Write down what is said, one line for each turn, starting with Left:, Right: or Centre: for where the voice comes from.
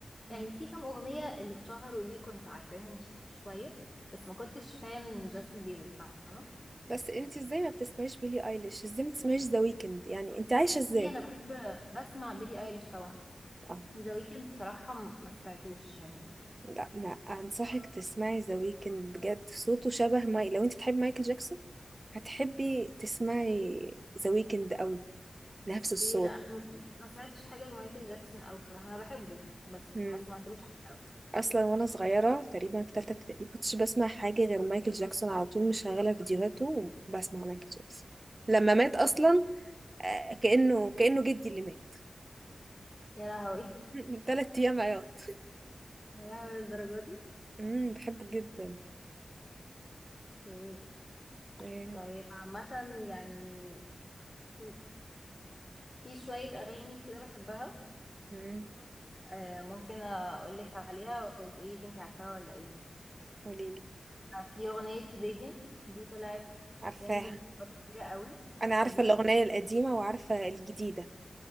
Left: يعني
Right: مم.
Left: في كام اغنيه اللي اتشهروا ليه كنت عارفاهم ش- شويه بس ما كنتش فان جاستن بيبر فاهمه
Right: بس انت ازاي ما بتسمعيش بيلي ايليش ازاي ما بتسمعيش ذا ويكند يعني انت عايشه ازاي
Left: ليه انا بحب بسمع بيلي ايليش طبعا
Right: اه
Left: ذا ويكند بصراحه م- ما سمعتوش يعني
Right: لا ما انصحك تسمعي ذا ويكند بجد صوته شبه ماي لو انت بتحبي مايكل جاكسون هتحبي تسمعي ذا ويكند قوي نفس الصوت
Left: ايه لا انا ما سمعتش حاجه لمايكل جاكسون او بصراحه انا بحبه بس
Right: مم.
Left: ما سمعتلوش حاجه أوي.
Right: اصلا وانا صغيره تقريبا في ثالثه ابتدائي ما كنتش بسمع حاجه غير مايكل جاكسون على طول مشغله فيديوهاته وبسمع مايكل جاكسون لما مات اصلا
Left: أوك.
Right: آه، كانه كانه جدي اللي مات
Left: يا لهوي <laughs>
Right: <laughs> ثلاث ايام عياط
Left: يا لهوي الدرجه دي
Right: امم بحبه جدا
Left: ايه
Right: آه،
Left: طيب عامه يعني في في شويه اغاني كده بحبها
Right: امم
Left: آه ممكن اقول لك عليها وتقولي انت عارفاها ولا ايه
Right: قوليلي
Left: آه، في اغنيه بيجن دي طلعت
Right: عارفاها
Left: ترند فتره كبيره قوي
Right: انا
Left: بتحبيها
Right: عارفه الاغنيه القديمه وعارفه الجديده